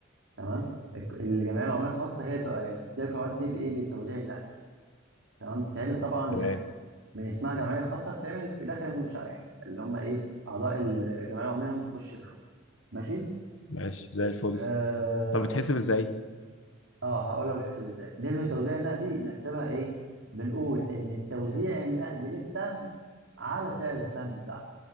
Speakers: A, on the right; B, on the left.
A: تمام الك- الجمعيه العموميه الخاصه هي تبقى يعني بتدير القرارات دي بايه بالتوزيع النقدي تمام بتتعمل طبعا
B: تمام
A: يعني من اسمها جمعيه خاصه بتتعمل في داخل المنشاه يعني اللي هم ايه اعضاء الجمعيه العموميه هم بيخشوا يملكوا ماشي
B: ماشي زي الفل
A: اه,
B: طب بتحسب ازاي
A: آه هقول لك بيتحسب ازاي نسبه التوزيع النقدي بنحسبها ايه بنقول ان التوزيع النقدي للسهم على سعر السهم بتاعنا